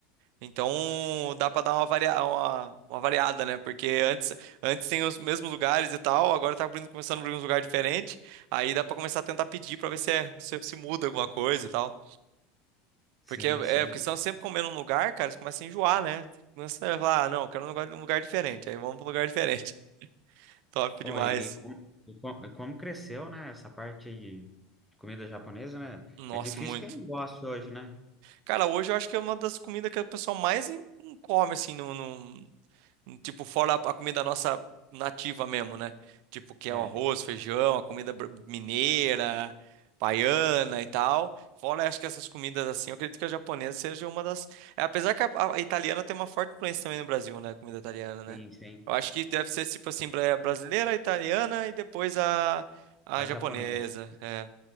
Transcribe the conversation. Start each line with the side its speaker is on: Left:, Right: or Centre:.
Right: Então dá pra dar uma, varia uma, uma variada, né? Porque antes, antes tem os mesmos lugares e tal, agora tá abrindo, começando a abrir uns lugares diferentes. Aí dá pra começar a tentar pedir pra ver se, é- se, se muda alguma coisa e tal.
Centre: sim,
Right: Porque é,
Centre: sim.
Right: porque senão sempre comendo um lugar, cara, você começa a enjoar, né? Começa a falar, ah, não, quero um lugar, um lugar diferente. Aí vamos pra um lugar diferente. <laughs> Top
Centre: Pô,
Right: demais.
Centre: e, e como, e como- e como cresceu, né? Essa parte aí de, de comida japonesa, né?
Right: Nossa,
Centre: É difícil
Right: muito.
Centre: quem não goste hoje, né?
Right: Cara, hoje eu acho que é uma das comidas que o pessoal mais em- come, assim, no, Tipo, fora a a comida nossa nativa mesmo, né? Tipo, que
Centre: É,
Right: é o arroz, feijão, a comida br- mineira, baiana e tal. Fora, acho que essas comidas assim, eu acredito que a japonesa seja uma das. é, apesar que a, a a italiana tem uma forte influência também no Brasil, né? A Comida italiana, né?
Centre: sim, sim.
Right: Eu acho que deve ser tipo assim, bra- brasileira, italiana e depois a, a
Centre: A
Right: japonesa.
Centre: japonesa.
Right: É.